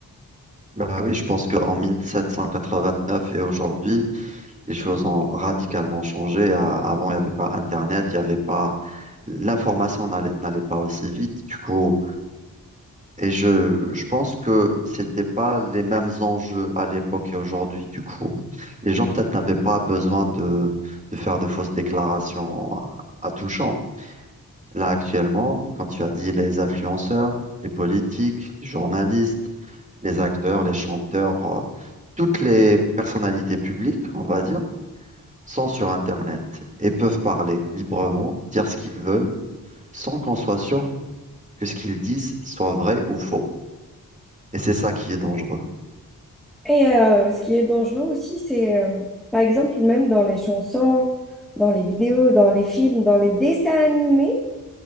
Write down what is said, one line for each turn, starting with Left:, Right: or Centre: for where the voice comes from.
Right: Bah oui, je pense qu'en neuf et aujourd'hui, les choses ont radicalement changé. A- Avant, il n'y avait pas Internet, il n'y avait pas, l'information n'allait n'allait pas aussi vite. Du coup, Et je, je pense que c'était pas les mêmes enjeux à l'époque et aujourd'hui. Du coup, les gens peut-être n'avaient pas besoin de, de faire de fausses déclarations à, à tout champ. Là, actuellement, quand tu as dit les influenceurs, les politiques, les journalistes, les acteurs, les chanteurs, euh, toutes les personnalités publiques, on va dire, sont sur Internet et peuvent parler librement, dire ce qu'ils veulent, sans qu'on soit sûr que ce qu'ils disent soit vrai ou faux. Et c'est ça qui est dangereux.
Centre: Et euh, ce qui est dangereux aussi, c'est euh, par exemple même dans les chansons, dans les vidéos, dans les films, dans les dessins animés,